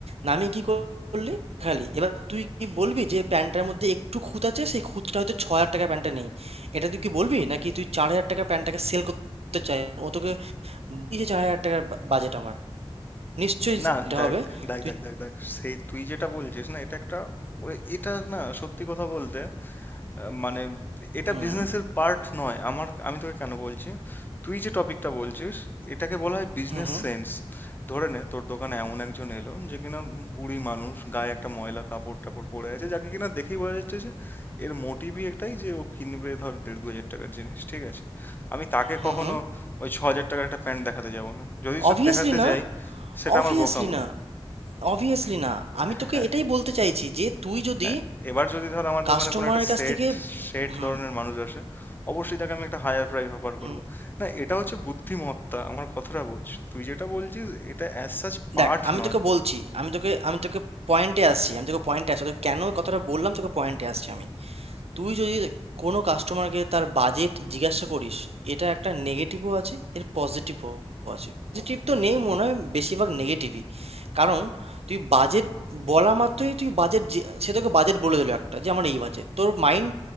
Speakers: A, on the right; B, on the left.
A: নামিয়ে কি করলি খালি এবার তুই কি বলবি যে প্যান্টটার মধ্যে একটু খুঁত আছে সেই খুঁতটা হয়তো ছ হাজার টাকার প্যান্টটা নেই এটা তুই কি বলবি নাকি তুই চার হাজার টাকার প্যান্টটাকে সেল করতে চাই ও তোকে বললি যে চার হাজার টাকার বাজেট আমার নিশ্চয়ই
B: না
A: সেটা
B: দেখ
A: হবে
B: দেখ
A: তুই
B: দেখ দেখ দেখ সেই তুই যেটা বলছিস না এটা একটা ওই- এটা না সত্যি কথা বলতে আহ, মানে এটা
A: হুম
B: বিজনেসের পার্ট নয় আমার আমি তোকে কেন বলছি তুই যে টপিকটা বলছিস এটাকে বলা হয় বিজনেস
A: হুম হুম
B: সেন্স ধরে নে তোর দোকানে এমন একজন এলো যে কিনা বুড়ি মানুষ গায়ে একটা ময়লা কাপড় টাপড় পরে আছে যাকে কিনা দেখেই বোঝা যাচ্ছে যে এর মোটিভই একটাই যে ও কিনবে ধর দেড় দু হাজার টাকার জিনিস ঠিক আছে আমি তাকে
A: হুম
B: কখনো
A: হুম
B: ওই ছ হাজার টাকার একটা প্যান্ট দেখাতে যাব না যদি সে
A: অবভিয়াসলি
B: দেখাতে
A: না
B: যাই সেটা
A: অবভিয়াসলি
B: আমার বোকামো
A: না অবভিয়াসলি না আমি তোকে
B: হ্যাঁ
A: এটাই বলতে চাইছি যে তুই যদি
B: হ্যাঁ এবার যদি ধর আমার
A: কাস্টমারের
B: দোকানে কোনো একটা
A: কাছ
B: সেট
A: থেকে
B: সেট
A: হুম
B: ধরনের মানুষ আসে অবশ্যই তাকে আমি একটা হায়ার প্রাইস অফার
A: হুম
B: করব না এটা হচ্ছে বুদ্ধিমত্তা আমার কথাটা বোঝ তুই যেটা বলছিস এটা অ্যাজ সাচ পার্ট
A: দেখ আমি
B: নয়
A: তোকে বলছি আমি তোকে আমি তোকে পয়েন্টে আসছি আমি তোকে পয়েন্টে আসছি তোকে কেন এই কথাটা বললাম তোকে পয়েন্টে আসছি আমি তুই যদি কোনো কাস্টমারকে তার বাজেট জিজ্ঞাসা করিস এটা একটা নেগেটিভও আছে এর পজিটিভও আছে পজিটিভ তো নেই মনে হয় বেশিরভাগ নেগেটিভই কারণ তুই বাজেট বলা মাত্রই তুই বাজেট সে তোকে বাজেট বলে দিল একটা যে আমার এই বাজেট তোর মাইন্ড